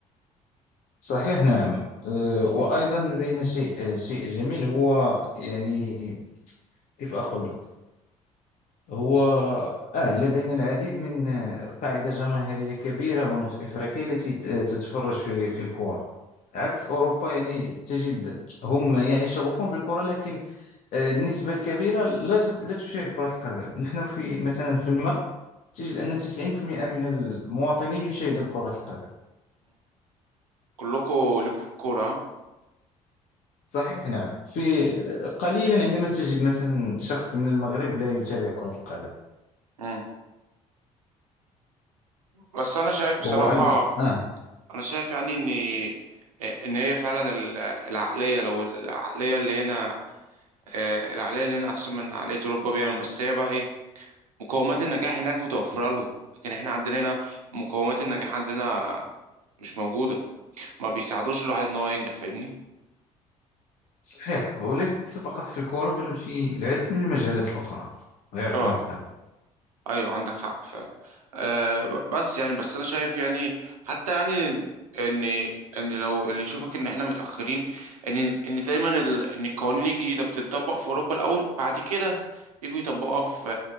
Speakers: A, on the left; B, on the right.
A: صحيح نعم آه، وأيضا لدينا شيء آه، شيء جميل هو يعني كيف أقول لك هو آه لدينا العديد من آه، قاعدة جماهيرية كبيرة هنا في إفريقيا التي ت- آه، تتفرج في في الكرة عكس أوروبا يعني تجد هم يعني شغوفون بالكرة لكن آه، النسبة الكبيرة لا ت- لا تشاهد كرة القدم نحن في مثلا في المغرب تجد أن 90% من المواطنين يشاهدون كرة القدم
B: كلكم ليكوا في الكورة ها
A: صحيح نعم في آه، قليلا عندما تجد مثلا شخص من المغرب لا يتابع كرة القدم
B: مم. بس أنا شايف بصراحة
A: وأيضا آه
B: أنا شايف يعني إن إن هي فعلا ال- العقلية لو العقلية اللي هنا آه، العقلية اللي هنا أحسن من عقلية أوروبا بيها بس هي بقى إيه مقومات النجاح هناك متوفرة لهم لكن إحنا عندنا هنا مقومات النجاح عندنا مش موجودة ما بيساعدوش الواحد إن هو ينجح فاهمني؟
A: صحيح وليس فقط في الكرة بل في العديد من المجالات الأخرى غير
B: اه
A: كرة القدم
B: ايوه عندك حق فعلا أه ب- بس يعني بس انا شايف يعني حتى يعني ان ان لو اللي يشوفك ان احنا متاخرين ان ان دايما ال... ان القوانين الجديده بتطبق في اوروبا الاول بعد كده يجوا يطبقوها في